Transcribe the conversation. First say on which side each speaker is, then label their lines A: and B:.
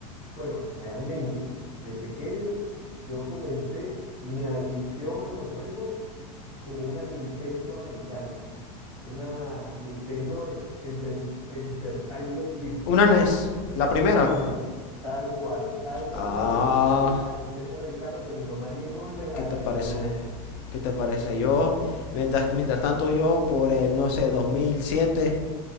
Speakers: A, on the left; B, on the left.
A: bueno, realmente, de pequeño, yo comencé mi adicción a los juegos con una Nintendo americano, una Nintendo e- Enten- Entertainment System,
B: Una NES, la primera.
A: una NES, tal cual, tal cual,
B: Ah,
A: la original, la Nintendo americano que mi mamá llegó y me la
B: ¿qué te
A: regaló,
B: parece? ¿Qué te parece?
A: ex,
B: Yo, mientras, mientras tanto yo, por el, no sé, 2007,